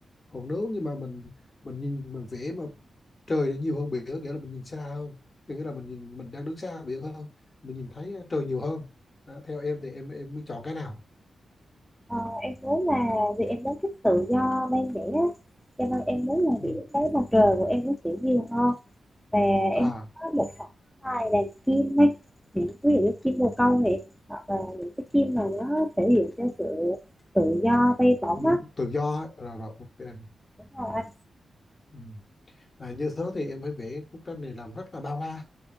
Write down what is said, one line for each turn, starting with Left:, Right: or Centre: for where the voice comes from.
Left: còn nếu như mà mình mình nhìn mình vẽ mà trời nó nhiều hơn biển nghĩa là mình nhìn xa hơn thì nghĩa là mình nhìn mình đang đứng xa biển hơn mình nhìn thấy ờ, trời nhiều hơn Đó, theo em thì em em mới chọn cái nào
Centre: ờ, em muốn là vì em muốn thích tự do bên vẽ á cho nên em muốn là
Left: ừ.
Centre: vẽ cái mặt trời của em nó sẽ nhiều hơn và
Left: à
Centre: em có một khoảng hai đàn chim ấy những ví dụ như chim bồ câu này hoặc là những cái chim mà nó thể hiện cho sự tự do bay bổng
Left: ừ, tự do á. rồi rồi ok
Centre: á
Left: ừ. và như thế thì em phải vẽ bức tranh này làm rất là bao la